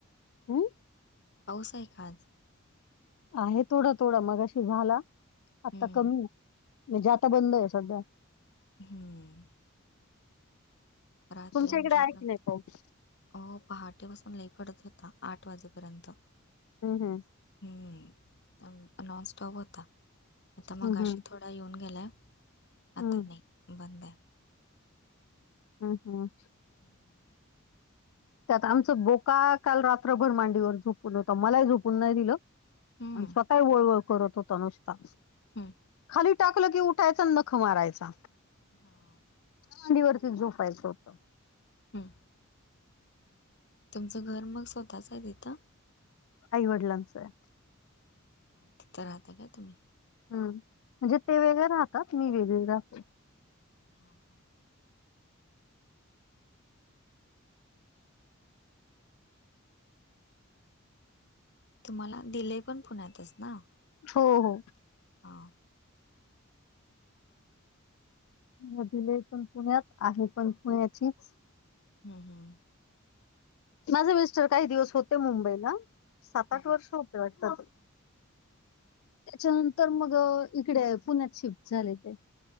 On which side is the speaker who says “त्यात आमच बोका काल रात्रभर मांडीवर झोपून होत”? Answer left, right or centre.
Left